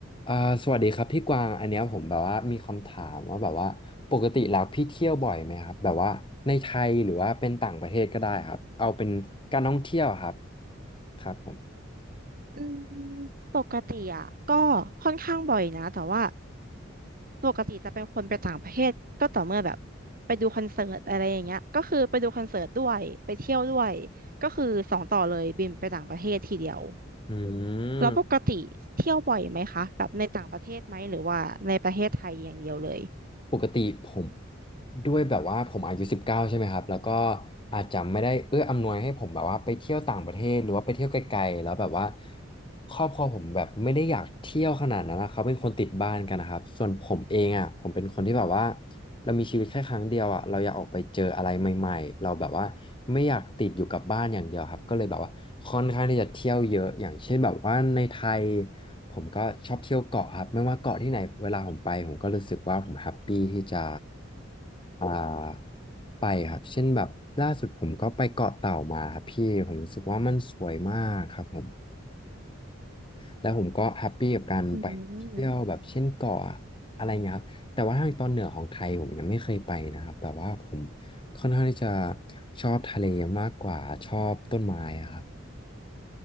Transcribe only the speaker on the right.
อืมปกติอ่ะก็ค่อนข้างบ่อยนะแต่ว่าปกติจะเป็นคนไปต่างประเทศก็ต่อเมื่อแบบไปดูคอนเสิร์ตอะไรอย่างเงี้ยก็คือไปดูคอนเสิร์ตด้วยไปเที่ยวด้วยก็คือสองต่อเลยบินไปต่างประเทศทีเดียว
แล้วปกติเที่ยวบ่อยไหมคะแบบในต่างประเทศไหมหรือว่าในประเทศไทยอย่างเดียวเลย
อืม